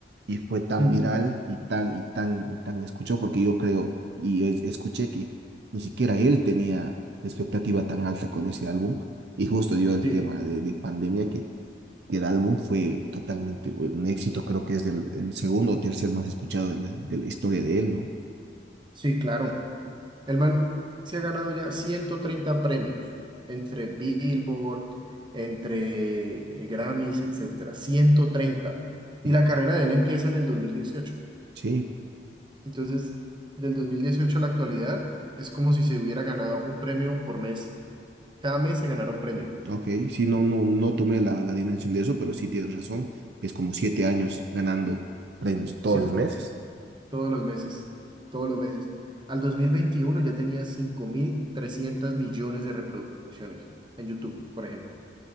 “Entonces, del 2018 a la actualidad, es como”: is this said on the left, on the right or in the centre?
Right